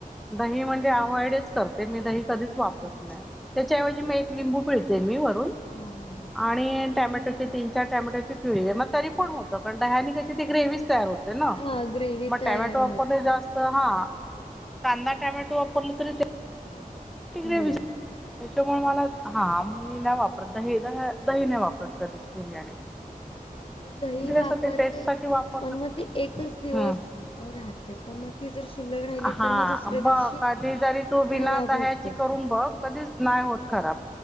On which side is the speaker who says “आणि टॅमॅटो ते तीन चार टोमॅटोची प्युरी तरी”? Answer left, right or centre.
Centre